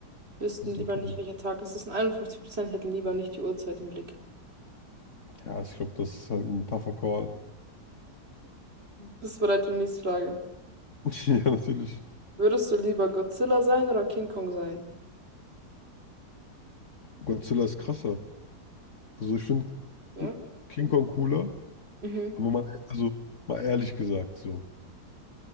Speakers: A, on the right (about 35°); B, on the left (about 45°).
A: wüssten
B: Das ist
A: lieber
B: okay.
A: nicht, welcher Tag es ist und 51 Prozent hätten lieber nicht die Uhrzeit im Blick.
B: Ja, ich glaube, das ist halt ein tougher Call.
A: Bist du bereit für die nächste Frage?
B: <laughs> Ja, natürlich.
A: Würdest du lieber Godzilla sein oder King Kong sein?
B: Godzilla ist krasser. Also ich finde
A: Ja?
B: King Kong cooler,
A: Mhm.
B: Aber mal, also mal ehrlich gesagt so.